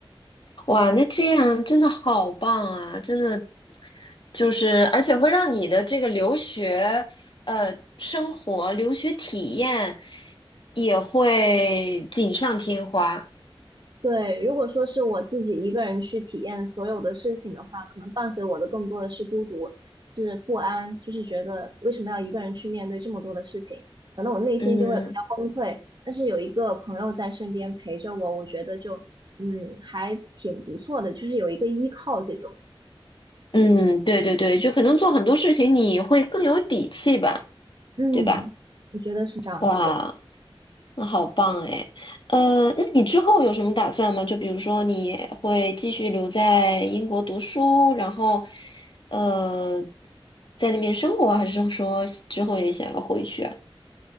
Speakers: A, on the left (about 55°); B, on the right (about 50°).
A: 哇，那这样真的好棒啊！真的就是，而且会让你的这个留学呃生活、留学体验也会锦上添花。
B: 对，如果说是我自己一个人去体验所有的事情的话，可能伴随我的更多的是孤独，是不安，就是觉得为什么要一个人去面对这么多的事情，可能我内心就会比较崩溃。
A: 嗯
B: 但是有一个朋友在身边陪着我，我觉得就嗯还挺不错的，就是有一个依靠这种，
A: 嗯，对对对，就可能做很多事情你会更有底气吧，
B: 嗯，
A: 对吧？
B: 我觉得是这样子的。
A: 哇，那好棒哎！呃，那你之后有什么打算吗？就比如说你会继续留在英国读书，然后呃，在那边生活，还是说之后也想要回去啊？